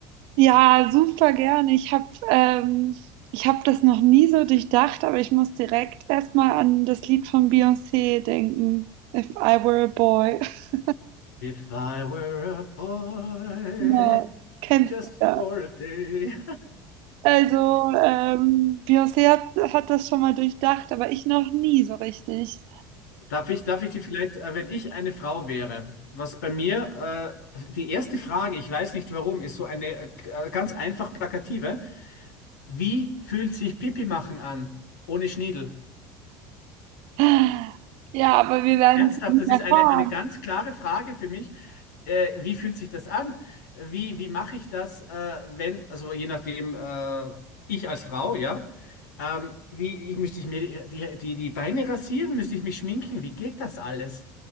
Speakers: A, on the right (about 65°); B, on the left (about 85°).
A: Ja, super gerne. Ich habe ähm, ich hab das noch nie so durchdacht, aber ich muss direkt erstmal an das Lied von Beyoncé denken. If I Were a Boy. <laughs>
B: If I were a boy,
A: Ja, kennst
B: just
A: du ja.
B: for a day.
A: Also, ähm, Beyoncé hat, hat das schon mal durchdacht, aber ich noch nie so richtig.
B: Darf ich, darf ich die vielleicht, äh, wenn ich eine Frau wäre, was bei mir, äh, die erste Frage, ich weiß nicht warum, ist so eine äh, äh, ganz einfach plakative. Wie fühlt sich Pipi machen an, ohne Schniedel?
A: <laughs> Ja, aber wir werden
B: Ernsthaft,
A: es nicht
B: das
A: erfahren.
B: ist eine, eine ganz klare Frage für mich. Äh, wie fühlt sich das an? Wie, wie mache ich das, äh, wenn, also je nachdem, äh, ich als Frau, ja. Ähm, wie, ich, müsste ich mir die, die, die Beine rasieren? Müsste ich mich schminken? Wie geht das alles?